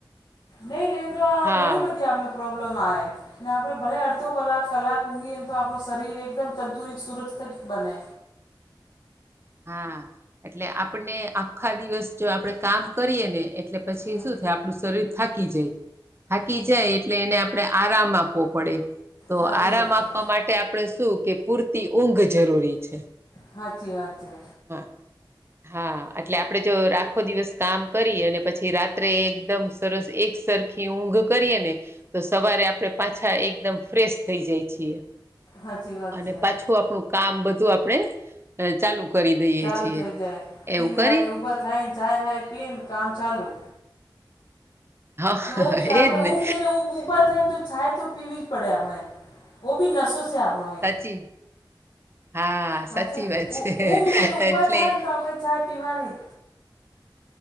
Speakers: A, on the left (about 70°); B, on the right (about 30°).
A: નઈ લેજ આ
B: હા
A: ઘણી બધી આપને પ્રોબ્લેમ આવે. ને આપણે ભલે અડધો કલાક કલાક ઊંઘીને તો, આપણું શરીર એકદમ તંતુરિત સુરક્ષિત બને.
B: હા એટલે આપને આખા દિવસ જો આપણેે કામ કરીએ ને એટ એટલે પછી
A: હમ
B: શું થાય આપણું શરીર થાકી જાય થાકી જાય એટલે એને આપણે આરામ આપવો પડે. તો
A: સાચી
B: આરામ
A: વાત છે
B: આપવા માટે આપણે શું કે પૂરતી ઊંઘ જરૂરી છે.
A: સાાચી વાત છે.
B: હા હા એટલે આપણે જો આખો દિવસ કામ કરી અને પછી રાત્રે એકદમ સરસ એક સરખી ઊંઘ કરીએ ને તો સવારે આપણે પાછા એક એકદમ ફ્રેશ થઈ જાય છીએ
A: સાચી વાત
B: અને
A: છે
B: પાછું આપણું કામ બધું આપણે ચાલુ કરી દઈએ
A: ચાલુ
B: છીએ.
A: થઈ જાય તીન
B: એવું કરીએ?
A: વાગે ઊભા થાય ને ચાય હાય પીએ ને કામ ચાલુ.
B: હા
A: ને ઓ બી આપણે
B: એજ ને
A: ઊંઘ લઈને ઊભું પાતે તો છાાય તો પીવી જ પડે આપણે ઓ ભી નસો છે આપણે
B: સાચી હા સાચી
A: હચ
B: વાત છે
A: ઊંઘ લઈને ઉભા
B: એટલે
A: થાય ને તો આપણે ચાય પીવાની